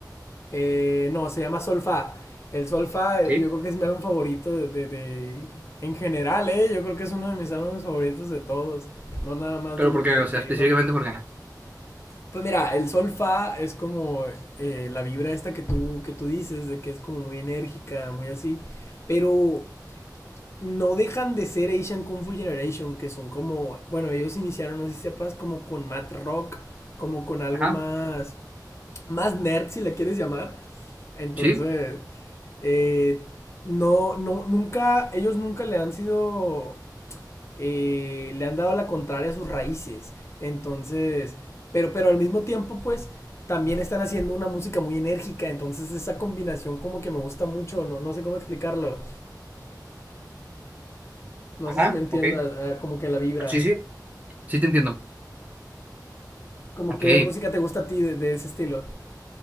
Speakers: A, on the left; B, on the right.
A: eh, no, se llama Solfa. El Solfa,
B: sí,
A: eh, yo creo que es mi álbum favorito de, de- de- En general, ¿eh? Yo creo que es uno de mis álbumes favoritos de todos. No nada más
B: pero
A: del,
B: porque,
A: del
B: o sea,
A: J-Rock.
B: específicamente porque...
A: Pues mira, el sol fa es como eh, la vibra esta que tú, que tú dices, de que es como muy enérgica, muy así, pero no dejan de ser Asian Kung Fu Generation, que son como, bueno, ellos iniciaron, no sé si sepas, como con mat rock, como con algo
B: Ajá,
A: más, más nerd, si la quieres llamar. Entonces,
B: sí,
A: eh, no, no, nunca, ellos nunca le han sido eh, le han dado la contraria a sus raíces. Entonces, pero, pero al mismo tiempo, pues, también están haciendo una música muy enérgica. Entonces, esa combinación como que me gusta mucho, no, no sé cómo explicarlo. No
B: Ajá,
A: sé si me entiendas,
B: ok.
A: eh, como que la vibra.
B: Sí, sí. sí te entiendo.
A: Como
B: Ok.
A: que música te gusta a ti de, de ese estilo.